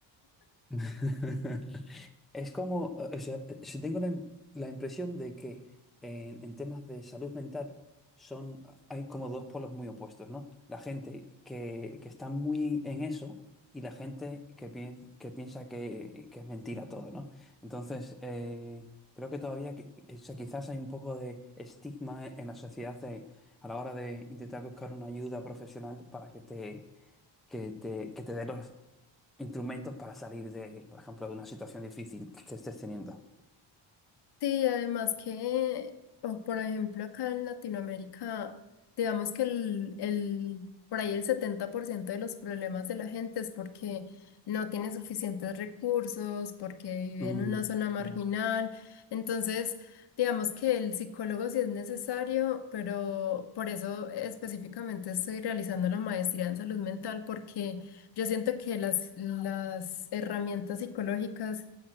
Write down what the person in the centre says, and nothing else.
<laughs> Es como, eh, o sea, eh, si tengo la, im- la impresión de que en, en temas de salud mental son, hay como dos polos muy opuestos, ¿no? La gente que, que está muy en eso y la gente que, pien- que piensa que, que es mentira todo, ¿no? Entonces, eh, creo que todavía, que- o sea, quizás hay un poco de estigma en la sociedad de- a la hora de intentar buscar una ayuda profesional para que te, que te, que te dé instrumentos para salir de, por ejemplo, de una situación difícil que estés teniendo.
Mm,
mm,